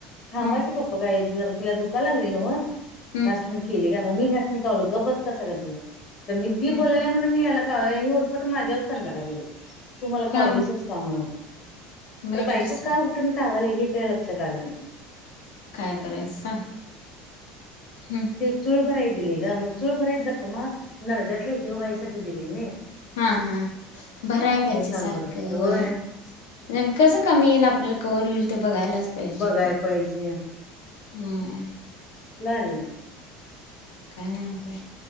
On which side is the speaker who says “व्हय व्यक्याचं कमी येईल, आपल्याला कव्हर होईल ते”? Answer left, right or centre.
Left